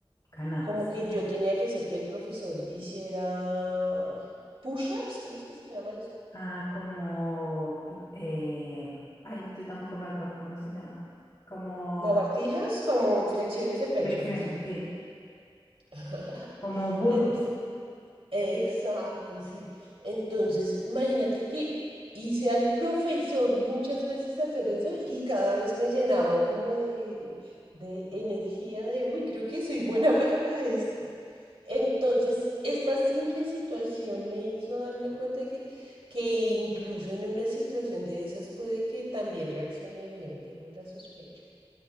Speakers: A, on the left; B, on the right.
A: ganabas.
B: como que yo tenía que hacer que el profesor hiciera push-ups, ¿cómo es que se llama eso?
A: Ah, como, eh, ay, yo tampoco me acuerdo cómo se llaman. Como
B: Lagartijas, como flexiones de pecho,
A: lecciones,
B: eso.
A: sí,
B: <laughs>
A: como burpees.
B: Ento- Exacto, sí. Entonces, imagínate que hice al profesor muchas veces hacer eso y cada vez me llenaba como de, de energía de, uy, creo que soy buena <laughs> para esto. Entonces, esta simple situación me hizo darme cuenta que, que incluso en una situación de esas puede que también reaccione bien, tengo la sospecha.